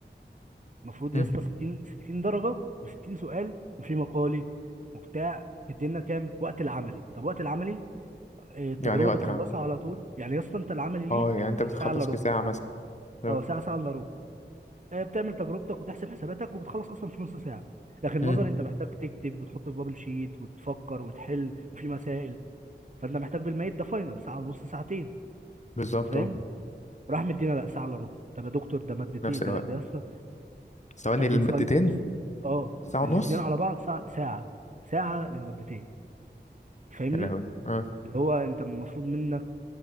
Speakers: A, on the right (about 45°); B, on the left (about 40°).
A: المفروض
B: مم.
A: يا اسطى 60 60 درجة و60 سؤال وفي مقالي وبتاع مدينا كام وقت العملي طب وقت العملي إيه، التجربه
B: يعني وقت
A: بتخلصها
B: العمل
A: على طول يعني يا اسطى انت العملي
B: اه
A: ليك
B: يعني انت بتخلص
A: ساعه الا ربع
B: في ساعه مثلا اه
A: اه ساعه ساعه الا ربع إيه، بتعمل تجربتك وتحسب حساباتك وبتخلص اصلا في نص ساعه لكن
B: مم.
A: نظري انت محتاج تكتب وتحط في بابل شيت وتفكر وتحل وفي مسائل فانت محتاج بالميت ده فاينل ساعه ونص ساعتين
B: بالظبط
A: فاهم
B: اه
A: راح مدينا لا ساعه الا ربع طب يا دكتور ده مادتين
B: نفس
A: ده
B: الوقت
A: ده يا اسطى
B: ثواني
A: 30
B: المادتين
A: سؤال امس اه
B: ساعه
A: الاثنين
B: ونص
A: على بعض ساعه ساعه ساعه للمادتين فاهمني
B: يا لهوي اه
A: اللي هو انت المفروض منك